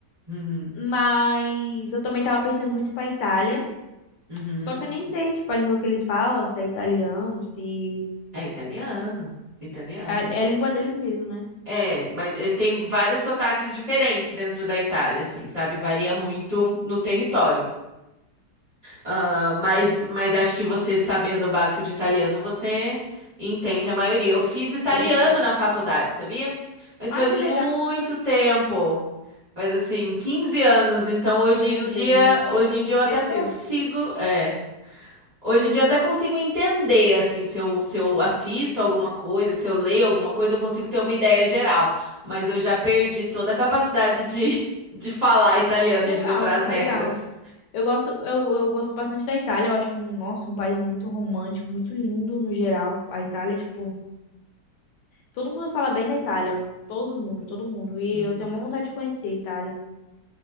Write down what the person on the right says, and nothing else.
uhum,
uhum.
É italiano, italiano.
É, mas eh, tem vários sotaques diferentes dentro da Itália, assim, sabe? Varia muito no território. Ah, mas, mas acho que você, sabendo o básico de italiano, você entende a maioria. Eu fiz italiano
na faculdade, sabia? Mas
faz
muito
tempo. Faz assim, 15 anos. Então hoje
em dia,
hoje em dia eu
até consigo, é, hoje em dia eu até consigo entender assim, se eu, se eu assisto alguma coisa, se eu leio alguma coisa, eu consigo ter uma ideia geral. Mas eu já perdi toda a capacidade de, <laughs> de falar italiano,
de lembrar as
regras.
Uhum,